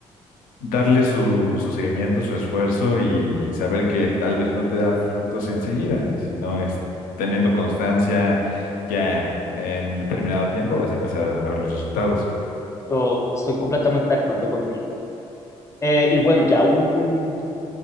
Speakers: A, on the left; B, on the left.
A: darle su, su seguimiento, su esfuerzo y, y saber que tal vez no te da frutos enseguida, sino es teniendo constancia ya en determinado tiempo vas a empezar a ver los resultados.
B: Yo estoy completamente de acuerdo contigo. Eh, y bueno, ya un, un